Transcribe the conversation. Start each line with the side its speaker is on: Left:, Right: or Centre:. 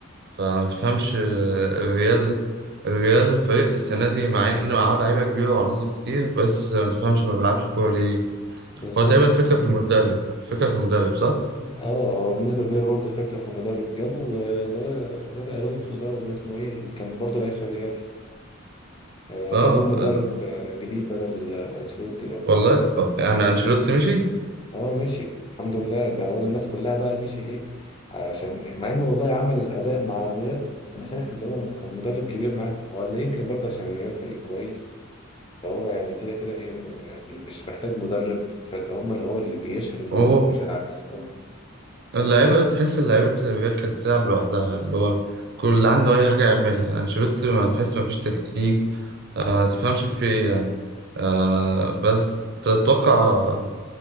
Right: فما تفهمش آه، الريال الريال فريق السنه دي مع انه معاه لعيبه كبيره وعناصر كتير بس ما تفهمش ما بيلعبش كوره ليه
Left: بالظبط
Right: هو تقريبا الفكره في المدرب الفكره في المدرب صح
Left: اه هو بنسبة كبيرة برضه الفكرة في المدرب جابوا آه، اللي هو جابي ألونسو ده ولا اسمه ايه اللي كان برضه لعيب في الريال آه،
Right: اه
Left: جابوه مدرب
Right: آه،
Left: آه، جديد بدل آه، أنشيلوتي ده
Right: والله آه، يعني
Left: مم.
Right: انشيلوتي مشي
Left: اه مشي الحمد لله ده هو الناس كلها بقى مشي ايه عشان مع انه والله عمل أداء مع الريال أنا شايف اللي هو كان مدرب كبير معاه هو اللي يمكن برضه عشان الريال فريق كويس فهو يعني كده كده ايه يعني مش محتاج مدرب فاللي هم اللي هو اللي بيشهر المدرب
Right: امم
Left: مش العكس
Right: اللعيبة تحس اللعيبة بتاعت الريال كانت بتلعب لوحدها اللي هو كل اللي عنده أي حاجة يعملها أنشيلوتي ما تحس مفيش تكتيك آه تفهمش في إيه يعني آه بس تتوقع